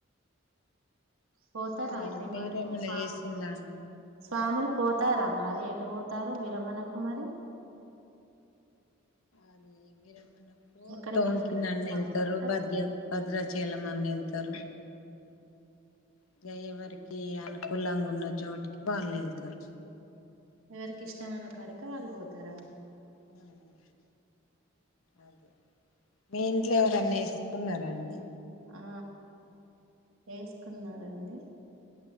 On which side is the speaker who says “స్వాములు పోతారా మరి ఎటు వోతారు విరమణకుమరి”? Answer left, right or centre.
Right